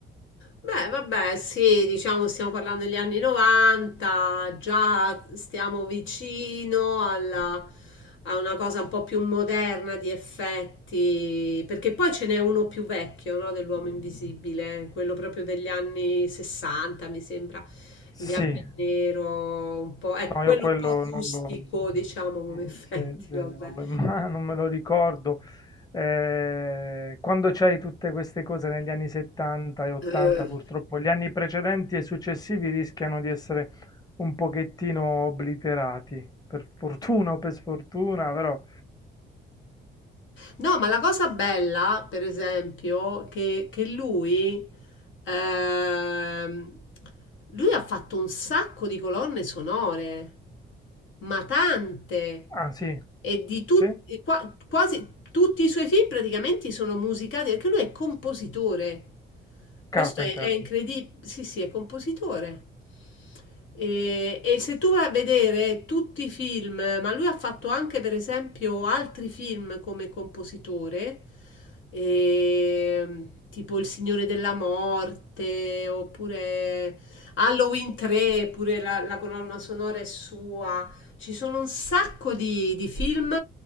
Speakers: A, on the left; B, on the left.
A: Beh, vabbè, sì, diciamo stiamo parlando degli anni 90, già stiamo vicino alla, a una cosa un po' più moderna di effetti, perché poi ce n'è uno più vecchio, no, dell'uomo invisibile, quello proprio degli anni 60, mi sembra,
B: Sì.
A: in bianco e nero, un po', ecco,
B: No,
A: quello
B: io quello
A: un po'
B: non
A: rustico,
B: lo,
A: diciamo, come
B: mm,
A: effetti,
B: se- se
A: vabbè.
B: non lo imma- <laughs> non me lo ricordo. Eh, quando c'hai tutte queste cose negli anni 70 e 80,
A: Eh.
B: purtroppo gli anni precedenti e successivi rischiano di essere un pochettino obliterati, per fortuna o per sfortuna, però...
A: No, ma la cosa bella, per esempio, che, che lui, ehm, lui ha fatto un sacco di colonne sonore, ma tante,
B: Ah, sì,
A: e di tutti,
B: sì?
A: e qua- quasi tutti i suoi film praticamente sono musicati, perché lui è compositore. Questo
B: Carpenter.
A: è, è incredibile. Sì, sì, è compositore. E, e se tu vai a vedere tutti i film, ma lui ha fatto anche per esempio altri film come compositore, e, tipo Il Signore della Morte, oppure Halloween 3, pure la, la colonna sonora è sua. Ci sono un sacco di, di film